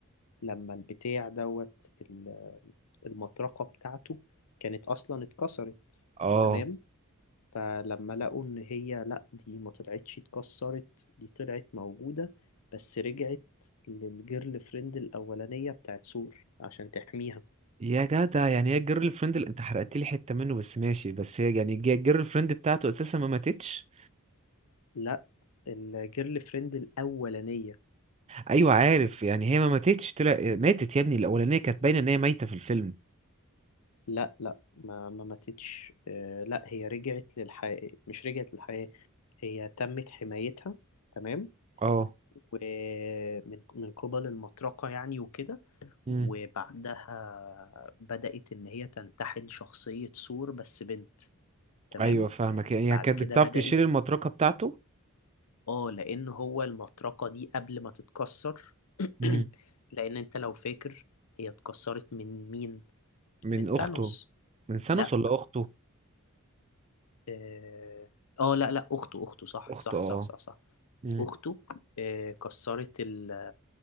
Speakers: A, on the left; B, on the right.
A: لما البتاع دوت ال- المطرقة بتاعته كانت اصلا اتكسرت
B: اه
A: تمام فلما لقوا ان هي لا دي ما طلعتش اتكسرت دي طلعت موجودة بس رجعت للجيرل فريند الاولانية بتاعت سور عشان تحميها
B: يا جدع يعني هي الجيرل فريند اللي انت حرقت لي حته منه بس ماشي بس هي يعني الج- الجيرل فريند بتاعته اساسا ما ماتتش
A: لا الجيرل فريند الاولانية
B: ايوه عارف يعني هي ما ماتتش طلع ماتت يا ابني الاولانيه كانت باينه ان هي ميته في الفيلم
A: لا لا ما ما ماتتش آه، لا هي رجعت للحياة مش رجعت للحياة هي تمت حمايتها تمام
B: اه
A: ومن من قبل المطرقة يعني وكده
B: امم
A: وبعدها بدأت إن هي تنتحل شخصية ثور بس بنت تمام
B: ايوه فاهمك يعني
A: بعد
B: كانت
A: كده
B: بتعرف
A: بدأت
B: تشيل المطرقه بتاعته
A: اه لأن هو المطرقة دي قبل ما تتكسر <clears throat>
B: امم
A: لأن أنت لو فاكر هي اتكسرت من مين؟
B: من
A: من ثانوس
B: اخته من سانوس
A: لا
B: ولا اخته
A: اه آه، لا لا اخته اخته صح
B: اخته
A: صح صح
B: اه
A: صح صح
B: امم
A: اخته آه، كسرت ال